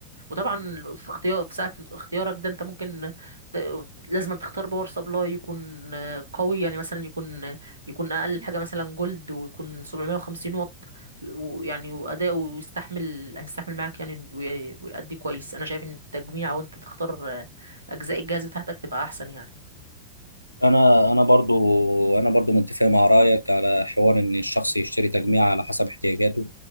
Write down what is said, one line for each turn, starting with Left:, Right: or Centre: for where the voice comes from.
Right: وطبعا في اختيار في ساعة اختيارك ده انت ممكن ت... لازم تختار باور سبلاي يكون آه، قوي يعني مثلا يكون يكون اقل حاجة مثلا جولد ويكون 750 واط ويعني واداؤه يستحمل هيستحمل معاك يعني وي- ويأدي كويس انا شايف ان التجميع وانت تختار آه، اجزاء الجهاز بتاعتك تبقى احسن يعني
Left: انا انا برضو انا برضو متفق مع رايك على حوار ان الشخص يشتري تجميع على حسب احتياجاته